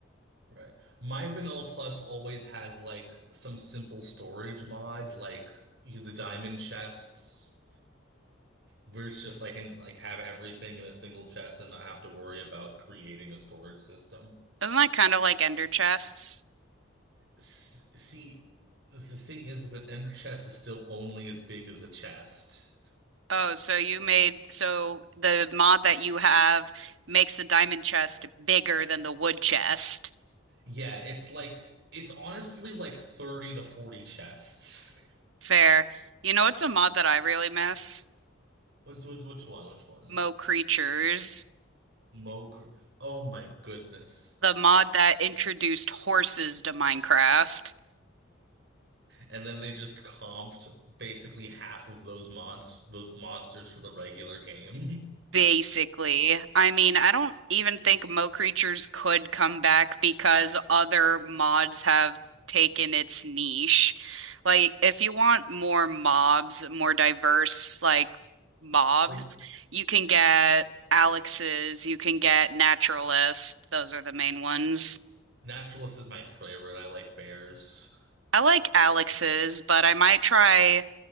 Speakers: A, on the right (about 55°); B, on the right (about 75°).
A: right. My vanilla plus always has like some simple storage mod, like you, the diamond chests. where it's just I can like have everything in a single chest and not have to worry about creating a storage system.
B: Isn't that kind of like ender chests?
A: S see, the thing is, is that Ender Chest is still only as big as a chest.
B: Oh, so you made so the mod that you have makes the diamond chest bigger than the wood chest.
A: Yeah, it's like it's honestly like 30 to 40 chests.
B: Fair. You know, it's a mod that I really miss?
A: What's which, which one? Which one?
B: Mo Creatures,
A: Mo Cr- Oh my goodness. <laughs>
B: the mod that introduced horses to Minecraft.
A: And then they just comped basically half of those mons those monsters for the regular game. <laughs>
B: Basically, I mean, I don't even think Mo Creatures could come back because other mods have taken its niche. Like, if you want more mobs, more diverse, like, mobs,
A: Like,
B: you can get Alex's, you can get Naturalist. Those are the main ones.
A: naturalist is my favorite. I like bears.
B: I like Alex's, but I might try